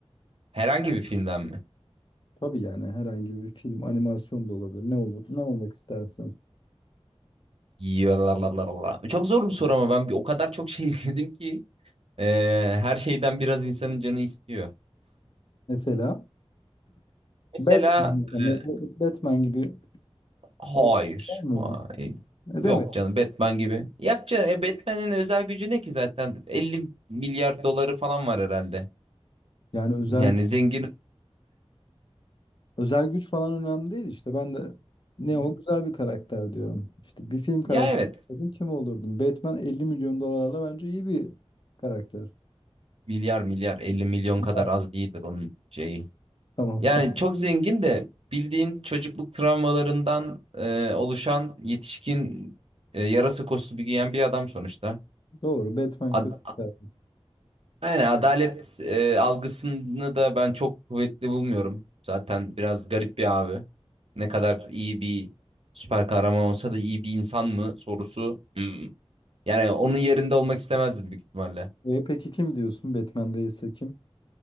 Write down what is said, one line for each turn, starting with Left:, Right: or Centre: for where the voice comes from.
Right: Herhangi bir filmden mi?
Left: Tabii yani herhangi bir film, animasyon da olabilir. Ne olur, ne olmak istersin?
Right: Yalalalalala. Çok zor bir soru ama ben bir- o kadar çok şey <laughs> izledim ki e, her şeyden biraz insanın canı istiyor.
Left: Mesela
Right: Mesela
Left: Batman, mesela
Right: e,
Left: Batman gibi
Right: Hayır.
Left: olmak ister miydin?
Right: Hayır.
Left: Ne
Right: Yok
Left: demek?
Right: canım Batman gibi. Yok canım e, Batman'in özel gücü ne ki zaten? 50 milyar doları falan var herhalde.
Left: Yani özel
Right: Yani zengin.
Left: özel güç falan önemli değil işte. Ben de ne
Right: Hı hı.
Left: o güzel bir karakter diyorum. İşte bir film karakteri
Right: Ya evet.
Left: olsaydım kim olurdum? Batman 50 milyon dolarla bence iyi bir karakter.
Right: Milyar milyar 50 milyon
Left: Bunlar-
Right: kadar az değildir onun şeyi.
Left: Tamam,
Right: Yani
Left: tamam.
Right: çok zengin de bildiğin çocukluk travmalarından e, oluşan yetişkin e, yarasa kostümü giyen bir adam sonuçta.
Left: Doğru. Batman
Right: Ad-
Left: kötü. bir karakter.
Right: Yani adalet e, algısını da ben çok kuvvetli bulmuyorum. Zaten biraz garip bir abi. Ne kadar iyi bir süper kahraman olsa da iyi bir insan mı sorusu. hmm. Yani onun yerinde olmak istemezdim büyük ihtimalle.
Left: E, peki kim diyorsun? Batman değilse kim?